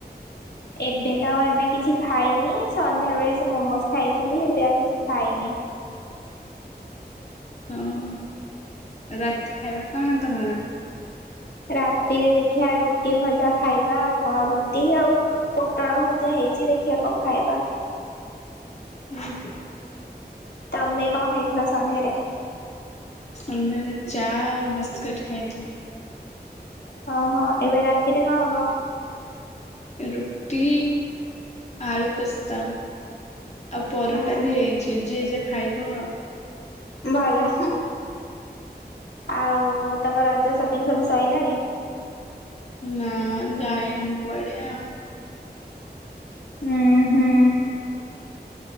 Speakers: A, on the left; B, on the left.
A: ଏବେ ତ ଏବେ କିଛି ଖାଇନି ସନ୍ଧ୍ୟାବେଳେ ସେ ମୋମୋଜ ଖାଇଥିଲି ଏବେ ଆଉ କିଛି ଖାଇନି।
B: ଓହୋ ରାତି ଖାଇବା କଣ ତମର?
A: ରାତିରେ ଦେଖିବା ରୁଟି ଭଜା ଖାଇବା ଆଉ କଣ ରୁଟି ଆଉ ପୋଟଳ ଭଜା ହେଇଛି ଦେଖିବା କଣ ଖାଇବା।
B: ହୁଁ ହୁଁ।
A: ତମେ କଣ ଖାଇଥିଲ ସନ୍ଧ୍ୟାରେ?
B: ସନ୍ଧ୍ୟାରେ ଚା ଆଉ ବିସ୍କୁଟ ଖାଇଥିଲି ।
A: ହଁ ହଁ ଏବେ ରାତିରେ କଣ ହବ?
B: ରୁଟି ଆଳୁ କଷା। ଆଉ ପରଟା
A: ହୁଁ
B: ବି ହେଇଛି ଯିଏ ଯାହା ଖାଇବ ଆଉ।
A: ଭଲ ଆଉ ତମ ରଜ ସପିଙ୍ଗ ସବୁ ସଇଲାଣି?
B: ନା ଯାଇନୁ ପଢ଼ିଆ ଆଉ।
A: ହୁଁ ହୁଁ।